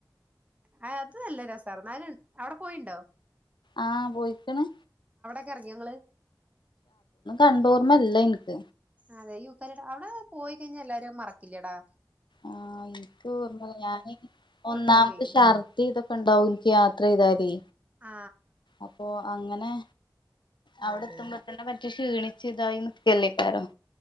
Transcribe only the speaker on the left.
ആ പോയിക്ക്ണ്
കണ്ടോർമ്മല്ല എനിക്ക്
ആഹ് എനിക്ക് ഓർമ്മ ഞാന് ഒന്നാമത്
ഷർദി ഇതൊക്കെ ഉണ്ടാവും എനിക്ക് യാത്ര ചെയ്തല്
അപ്പൊ അങ്ങനെ അവിടെ
എത്തുമ്പോ തന്നെ മറ്റു ക്ഷീണിച്ചു ഇതായി നിക്കല്ലേക്കാ രാം